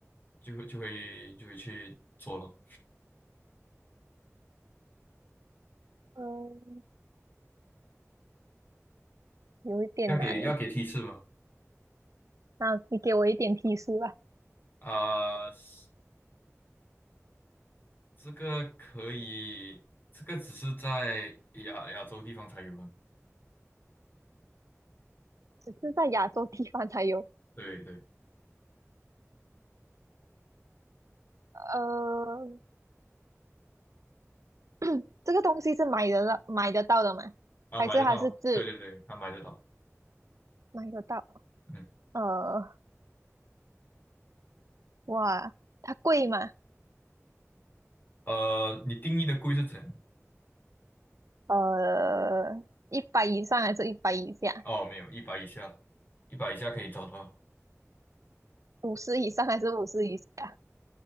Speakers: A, on the left (about 40°); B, on the right (about 80°).
A: 就会就会就会去做了。
B: 嗯，有一点难诶，
A: 要给要给提示吗？
B: 那你给我一点提示吧，
A: 啊、是这个可以，这个只是在亚亚洲地方才有啊。
B: 只是在亚洲地方才有。
A: 对对，
B: 呃，<coughs> <clears throat> 这个东西是买得到买得到的吗？
A: 啊，
B: 还是它是自
A: 买得到，对对对，他买得到。
B: 买得到？
A: 嗯，
B: 呃，哇，它贵吗？
A: 呃，你定义的贵是怎样？
B: 呃，一百以上还是一百以下？
A: 哦，没有，一百以下，一百以下可以找到。
B: 五十以上还是五十以下？